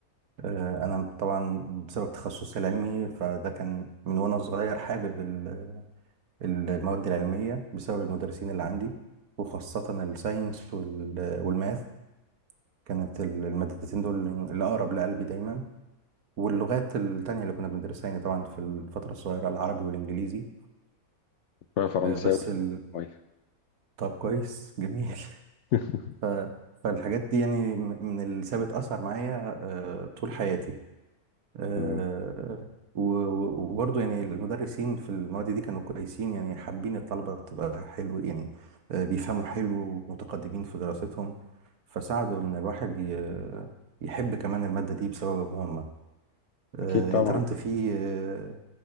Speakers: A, on the right (about 75°); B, on the left (about 65°).
A: آه، انا طبعا بسبب تخصصي العلمي فده كان من وانا صغير حابب ال- ال- المواد العلميه بسبب المدرسين اللي عندي وخاصه الساينس وال- والماث كانت ال- المادتين دول اللي اقرب لقلبي دايما واللغات التانية اللي كنا بندرسها يعني طبعا في الفترة الصغيرة العربي والإنجليزي
B: شويه فرنساوي
A: آه، بس ال...
B: شويه
A: طب كويس جميل
B: <laughs>
A: ف... فالحاجات دي يعني م- من اللي سابت أثر معايا آه، طول حياتي آه،
B: تمام
A: و- و- وبرضه يعني المدرسين في المواد دي كانوا كويسين يعني حابين الطلبة تبقى حلو يعني آه، بيفهموا حلو ومتقدمين في دراستهم فساعدوا إن الواحد ي- يحب كمان المادة دي بسببهم هم آه،
B: اكيد طبعا
A: يا ترى أنت في آه،